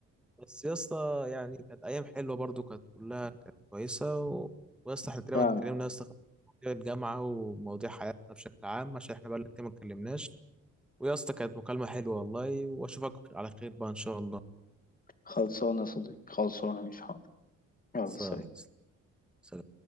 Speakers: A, in the centre; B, on the left.
A: بس يا اسطى يعني كانت ايام حلوه برضو كانت كلها كانت كويسه و... ويا اسطى احنا تقريبا
B: فعلا
A: اتكلمنا يا اسطى في مواضيع الجامعه ومواضيع حياتنا بشكل عام عشان احنا بقالنا كتير ما اتكلمناش ويا اسطى كانت مكالمه حلوه والله واشوفك على خير بقى ان شاء الله
B: خلصانة يا صديقي خلصانة مش حاضر يلا
A: خلصانة.
B: سلام
A: سلام